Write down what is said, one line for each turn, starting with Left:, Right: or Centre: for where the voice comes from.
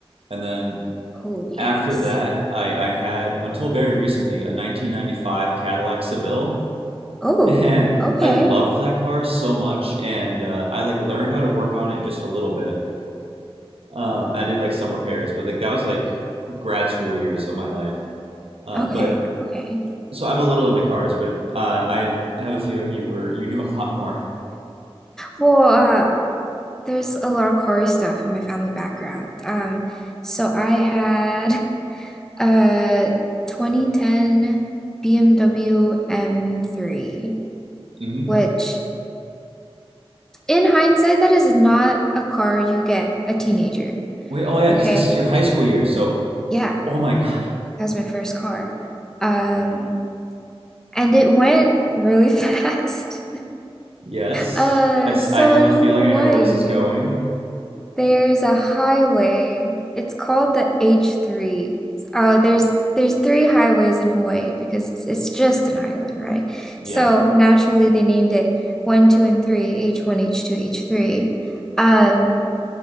Right: and then
Centre: Oh, yes.
Right: after that, I, I had until very recently a 1995 Cadillac Seville,
Centre: Oh,
Right: and
Centre: okay.
Right: I loved that car so much, and uh, I like learned how to work on it just a little bit. Um, I did like some repairs, but like that was like grad school years of my life. Uh,
Centre: Okay.
Right: but
Centre: Okay.
Right: so I'm a little into cars, but uh, I have a feeling you were you knew a lot more.
Centre: Well, uh, there's a lot of car stuff in my family background. Um, so I had Uh, 2010 BMW M3,
Right: hmm
Centre: which in hindsight, that is not a car you get a teenager.
Right: Wait, oh yeah,
Centre: Okay.
Right: because this is your high school years. So,
Centre: Yeah,
Right: oh my God.
Centre: that was my first car. Um, and it went really <laughs> fast.
Right: Yes,
Centre: Uh,
Right: I, s-
Centre: so
Right: I have
Centre: in
Right: a
Centre: Hawaii,
Right: feeling I know where this is going.
Centre: There's a highway. It's called the H3. Oh, there's there's three highways in Hawaii because it's, it's just an island, right?
Right: Yeah,
Centre: So naturally they named it one, two, and three, H1, H2, H3. Um,